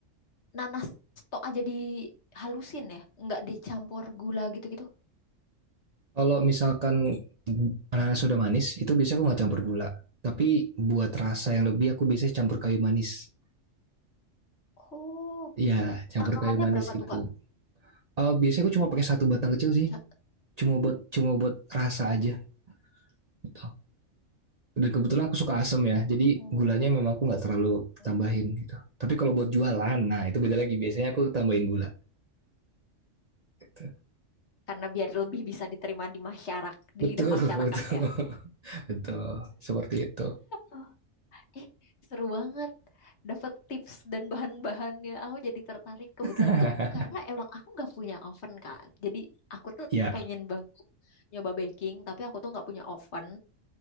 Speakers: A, on the left; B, on the right.
A: nanas tok aja dihalusin ya, nggak dicampur gula gitu-gitu.
B: kalau misalkan ananas sudah manis itu biasanya aku nggak campur gula tapi buat rasa yang lebih aku biasanya campur kayu manis
A: Oh,
B: ya campur
A: takarannya
B: kayu manis
A: berapa
B: gitu
A: tuh Kak?
B: Eh biasanya aku cuma pakai satu batang kecil sih
A: Sa-
B: cuma buat cuma buat rasa aja gitu. Dan kebetulan aku suka asam ya, jadi
A: Oh,
B: gulanya memang aku nggak terlalu
A: oke.
B: tambahin gitu. Tapi kalau buat jualan, nah itu beda lagi. Biasanya aku tambahin gula. Gitu.
A: Karena biar lebih bisa diterima di masyarakat, di
B: Betul,
A: lidah masyarakat
B: <laughs> betul,
A: ya.
B: betul. Seperti itu.
A: Oh, eh, seru banget. Dapat tips dan bahan-bahannya, aku jadi tertarik kebetulan
B: <laughs>
A: tuh karena emang aku nggak punya oven Kak. Jadi aku tuh
B: ya,
A: pengen banget nyoba baking, tapi aku tuh nggak punya oven.